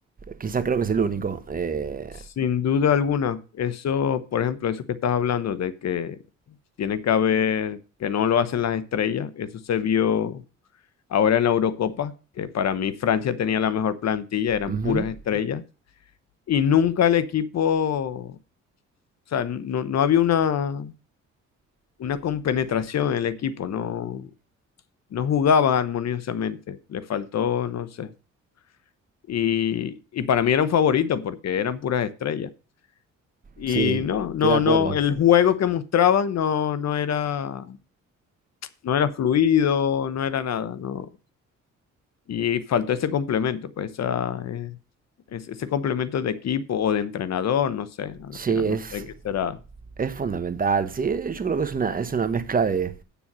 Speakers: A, on the right; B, on the left.
A: Quizás creo que es el único. Eh,
B: Sin duda alguna, eso, por ejemplo, eso que estás hablando de que tiene que haber, que no lo hacen las estrellas, eso se vio ahora en la Eurocopa, que para mí Francia tenía la mejor plantilla, eran
A: ujú.
B: puras estrellas y nunca el equipo, o sea, no, no había una, una compenetración en el equipo, no, no jugaban armoniosamente, le faltó, no sé. Y, y para mí era un favorito porque eran puras estrellas. Y
A: Sí,
B: no,
A: estoy
B: no,
A: de acuerdo.
B: no, el juego que mostraban no, no era, no era fluido, no era nada, no. Y faltó ese complemento, pues esa, eh, es- ese complemento de equipo o de entrenador, no sé, al
A: Sí,
B: final
A: es,
B: no sé qué será.
A: Es fundamental, sí. Yo creo que es una, es una mezcla de,